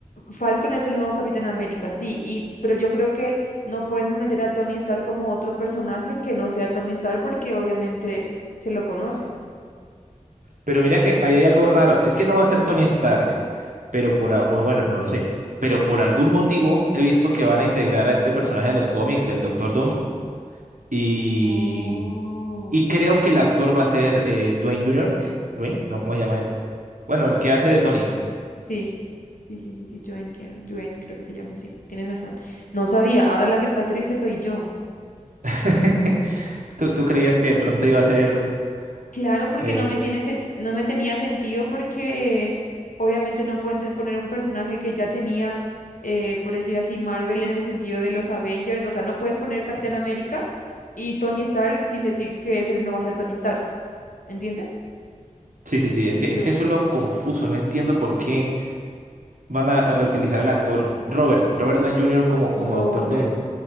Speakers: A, on the left; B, on the right.
A: Falcon es el nuevo Capitán América, sí, y, pero yo creo que no pueden meter a Tony Stark como otro personaje que no sea Tony Stark porque obviamente se lo conoce.
B: Pero mira que ahí hay algo raro. Es que no va a ser Tony Stark, pero por, a- o bueno, no lo sé. Pero por algún motivo he visto que van a integrar a este personaje de los cómics, el Doctor Doom. Y,
A: Oh.
B: y creo que el actor va a ser eh, Dwayne Jr. ¿Qué? ¿Dwayne? No, ¿cómo se llama él? Bueno, el que hace de Tony.
A: Sí, sí, sí, sí, sí, Joan, quiero, Joan, creo que se llama así, tienes razón. No sabía, ahora la que está triste soy yo.
B: <laughs> ¿Tú, tú creías que de pronto iba a ser...
A: Claro, porque
B: eh,
A: no me tiene sen- no me tenía sentido porque obviamente no pueden te- poner un personaje que ya tenía, eh, por decir así, Marvel en el sentido de los Avengers. O sea, no puedes poner Capitán América y Tony Stark sin decir que ese no va a ser Tony Stark. ¿Entiendes?
B: Sí, sí, sí, es que,
A: Yo,
B: es que eso es lo confuso, no entiendo por qué van a reutilizar al actor Robert, Robert Downey Jr. como,
A: Robert.
B: como Doctor Doom.